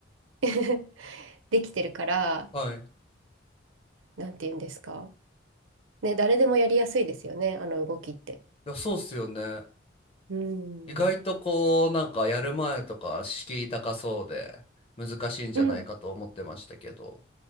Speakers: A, on the right; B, on the left.
A: <laughs> できてるから、
B: はい。
A: なんて言うんですか。ね、誰でもやりやすいですよね、あの動きって。
B: いや、そうっすよね。
A: うん。
B: 意外とこう、なんかやる前とか敷居高そうで難しいんじゃないかと思ってましたけど、
A: うん。